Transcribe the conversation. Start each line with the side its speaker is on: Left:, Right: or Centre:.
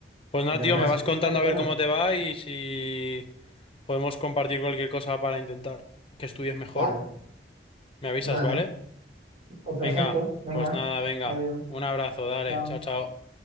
Left: Pues nada,
Right: Yo
Left: tío,
Right: me las
Left: me vas
Right: voy a
Left: contando
Right: hacer todas.
Left: a ver cómo te va y si podemos compartir cualquier cosa para intentar que estudies mejor.
Right: Claro,
Left: Me avisas,
Right: dale.
Left: ¿vale?
Right: O perfecto.
Left: Venga,
Right: Venga,
Left: pues nada, venga.
Right: adiós.
Left: Un abrazo, dale.
Right: Chao.
Left: Chao, chao.